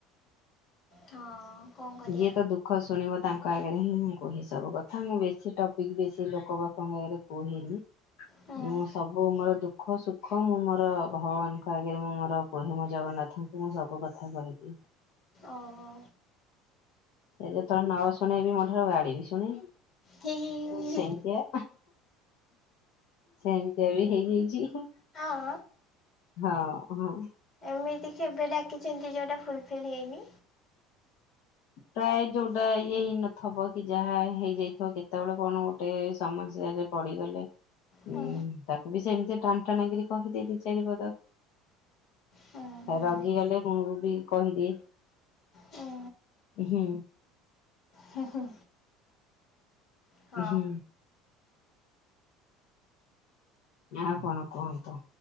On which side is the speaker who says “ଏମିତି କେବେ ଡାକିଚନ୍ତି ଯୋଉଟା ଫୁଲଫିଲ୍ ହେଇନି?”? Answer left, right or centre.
Left